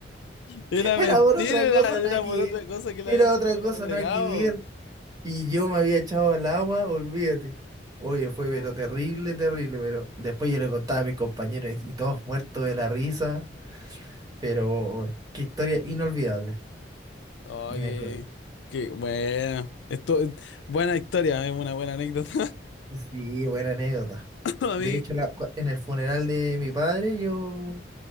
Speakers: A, on the left; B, on the right.
A: Era
B: era
A: mentira,
B: por otra cosa,
A: era, era
B: nada que
A: por otra cosa que le
B: ver,
A: habían
B: Era otra
A: citado
B: cosa,
A: a la moderado.
B: nada que ver. Y yo me había echado al agua, olvídate. Oye, fue
A: No.
B: pero terrible, terrible, pero después yo le contaba a mis compañeros y todos muertos de la risa, pero qué historia inolvidable
A: Oye,
B: en el colegio.
A: qué bueno. Esto, eh, buena historia, es una buena anécdota.
B: Sí, buena anécdota.
A: <laughs> A
B: De
A: mí.
B: hecho, la- cua- en el funeral de mi padre yo